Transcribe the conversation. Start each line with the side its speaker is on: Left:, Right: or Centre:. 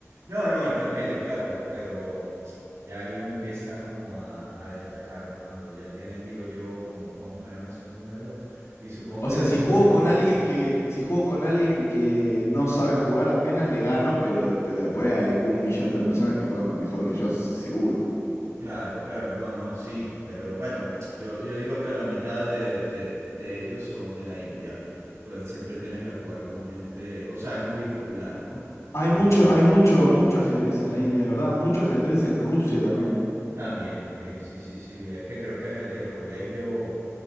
Right: No, no, intermedio, claro, pero ya ahí uno empieza como a, a destacar cuando ya tienes, digo yo, como más o menos esos números y supongo
Left: O
Right: que
Left: sea,
Right: después
Left: si juego
Right: se ponen
Left: con alguien que, si juego con alguien que no sabe jugar apenas le gano, pero, de- pero después hay un millón de personas que juegan mejor que yo, seguro.
Right: Claro, claro, no, no, sí, pero bueno, yo, yo digo que la mitad de, de- de ellos son de la India, pues siempre tienes que jugar con gente, o sea, es muy popular, ¿no?
Left: Hay
Right: El
Left: mucho,
Right: juego.
Left: hay mucho, mucho ajedrez en la India, es verdad, mucho ajedrez en Rusia también.
Right: También, también, sí, sí, sí, es que creo que desde el colegio